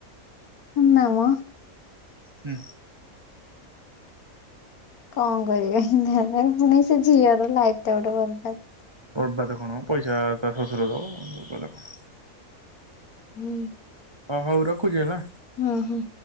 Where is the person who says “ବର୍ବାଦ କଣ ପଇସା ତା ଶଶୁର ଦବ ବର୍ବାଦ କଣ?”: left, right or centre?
Right